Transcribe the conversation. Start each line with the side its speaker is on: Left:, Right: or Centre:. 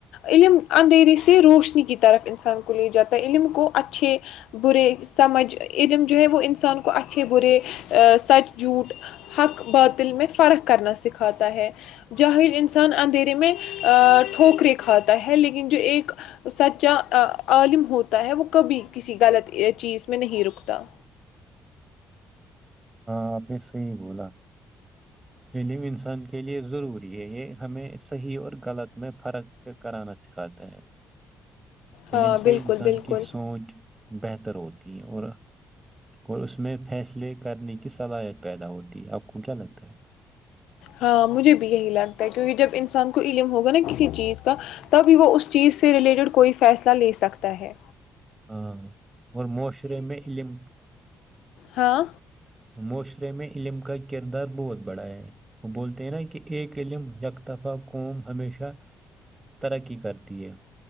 Left: علم اندھیری سے روشنی کی طرف انسان کو لے جاتا ہے علم کو اچھے برے سمجھ علم جو ہے وہ انسان کو اچھے برے سچ جھوٹ حق باطل میں فرق کرنا سکھاتا ہے جاہل انسان اندھیرے میں ٹھوکرے کھاتا ہے لیکن جو ایک سچا عالم ہو ہے وہ کبھی کسی غلط چیز میں نہیں رکتا
Right: ہاں آپ نے صحیح بولا فلم انسان کے لیے ضروری ہے یہ ہمیں صحیح اور غلط میں فرق کرانا سکھاتا ہے علملم
Left: ہاں
Right: سے
Left: بالکل
Right: انسان
Left: بالکل
Right: کی سوچ بہتر ہوتی ہیں اور اور اس میں فیصلے کرنے کی صلاحیت پیدا ہوتی ہے آپ کو کیا لگتا ہے
Left: ہاں مجھے بھی یہی لگتا ہے کیونکہ جب انسان کو علم ہوگا نا کسی چیز کا تب وہ اس چیز سے ریلیٹڈ کوئی فیصلہ لے سکتا ہے
Right: ہاں اور معاشرے میں علم
Left: ہاں
Right: معاشرے میں علم کا کردار بہت بڑا ہے وہ بولتے ہیں نا کہ ایک علم یکتفہ قوم ہمیشہ ترقی کرتی ہے